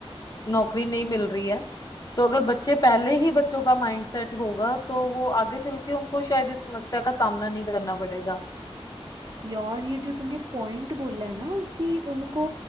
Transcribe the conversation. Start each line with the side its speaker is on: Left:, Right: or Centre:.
Left: नौकरी नहीं मिल रही है तो अगर बच्चे पहले ही बच्चों का माइंडसेट होगा तो वो आगे चल के उनको शायद इस समस्या का सामना नहीं करना पड़ेगा
Right: यार ये जो तूने पॉइंट बोला है ना कि उनको